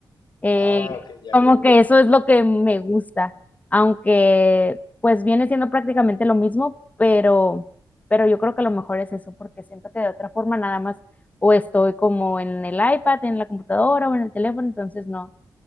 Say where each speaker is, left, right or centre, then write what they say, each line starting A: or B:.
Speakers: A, on the left; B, on the left.
A: Eh,
B: Ah, ok, ya,
A: como
B: ya.
A: que eso es lo que me gusta, aunque pues viene siendo prácticamente lo mismo, pero, pero yo creo que lo mejor es eso, porque siento que de otra forma nada más o estoy como en el iPad, en la computadora o en el teléfono, entonces no,